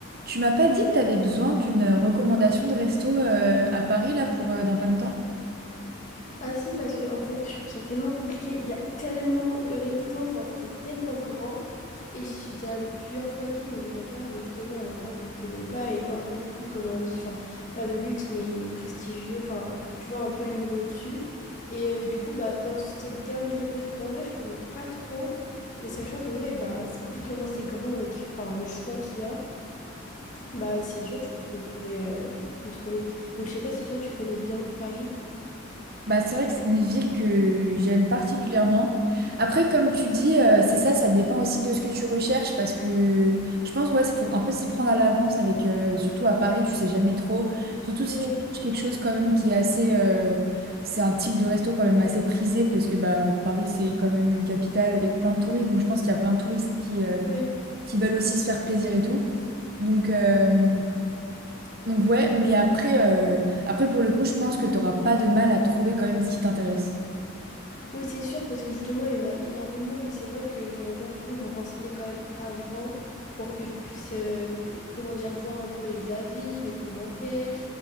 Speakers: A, on the right; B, on the left.
A: Tu m'as pas dit que tu avais besoin d'une euh, recommandation de resto euh, à Paris là pour euh, dans pas longtemps?
B: Ah si, parce que en fait, je trouve ça tellement compliqué. Il y a tellement de restos. Enfin, en fait, c'est tellement grand. Et j'y suis déjà allée plusieurs fois et tout, mais j'aimerais bien aller justement à un endroit que je connais pas et un peu plus, comme on dit, enfin, pas de luxe, mais prestigieux. Enfin, tu vois, un peu le niveau dessus. Et euh, du coup, bah, dans cette gamme de restaurants-là, je connais pas trop. Et sachant que, ouais, bah, vu comment c'est grand, et qu'- enfin, le choix qu'il y a, bah, c'est dur, je trouve, de trouver, euh, de trouver. Donc, je sais pas si toi, tu connais bien Paris.
A: Bah, c'est vrai que c'est une ville que j'aime particulièrement. Après, comme tu dis, euh, c'est ça, ça dépend aussi de ce que tu recherches parce que je pense, ouais, c'est faut un peu s'y prendre à l'avance avec, euh, surtout à Paris, tu sais jamais trop. Surtout si
B: Ouais,
A: tu cherches quelque chose quand même qui est assez, euh, c'est un type de resto quand même assez prisé parce que bah Paris c'est quand même une capitale avec plein de touristes, donc je pense qu'il y a plein de touristes qui, euh,
B: ouais.
A: qui veulent aussi se faire plaisir et tout. Donc, euh, Donc ouais, mais après, euh, après pour le coup, je pense que t'auras pas de mal à trouver quand même ce qui t'intéresse.
B: Oui, c'est sûr, parce que justement, il y en a énormément, mais c'est vrai que j'aurais bien voulu me renseigner quand même avant pour que je puisse, euh, comment dire, voir un peu les avis, les commentaires,